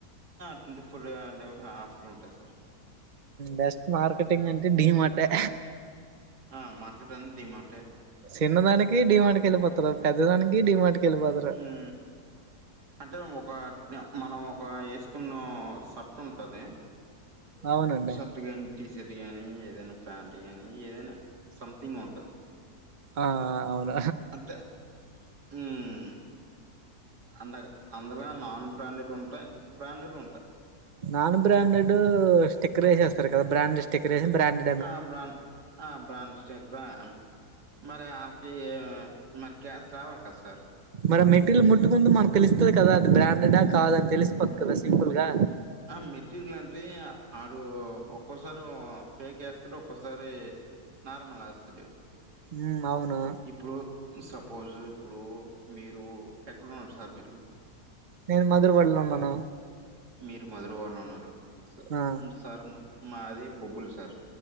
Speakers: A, on the right (about 80°); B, on the right (about 50°).
A: twenty four ఆఫర్లు ఉంటాయి సార్
B: బెస్ట్ మార్కెటింగ్ అంటే ఢీ మార్టే
A: ఆ మార్కెట్ అంటే ఢీ మార్టే
B: చిన్న దానికి డి మార్టుకి వెళ్ళపోతారు పెద్ద దానికి ఢీ మార్ట్కె వెళ్ళిపోతారు
A: అ అంటే ఒక నె మనం ఒక ఏసుకున్న షర్ట్ ఉంటది
B: అవునండి
A: షర్ట్ గాని టీషర్ట్ గాని ఏదైనా ప్యాంట్ గానీ ఏదైనా సంథింగ్ ఉంట
B: ఆ ఆ అవున
A: అంతే ఊమ్ అండగా అందులో నాన్ బ్రాండెడ్ ఉంటయి బ్రాండెడ్ ఉంటయి
B: నాన్ బ్రాండెడ్ స్టిక్కర్ ఏసేస్తరు కదా బ్రాండ్ స్టిక్కర్ ఏసి బ్రాండ్
A: ఆ బ్రాండ్ ఆ బ్రాండ్ స్టేకరా మరి ఆళ్కి మరి క్యాస్ రావట సార్
B: మరి మెటీరియల్ ముట్టుకుంటూ మనకు తెలుస్తది కదా అది బ్రాండెడ్ కాదని తెలిసిపోద్దు కదా సింపుల్ గా
A: ఆ మెటీరియల్ అంటే ఆడు ఒక్కోసారి ఓ ఫేక్ ఏస్తడు ఒక్కోసారి నార్మల్ ఎస్టాడు
B: ఉమ్ అవునా
A: ఇప్పుడు సపోజ్ ఇప్పుడు మీరు ఎక్కడ ఉన్నారు సార్ మీరు
B: నేను మధురవాడలో ఉన్నాను
A: మీరు మధురవాడలో ఉన్నరు స
B: ఆ
A: మ్ స సార్ మా మాది బొబ్బులు సార్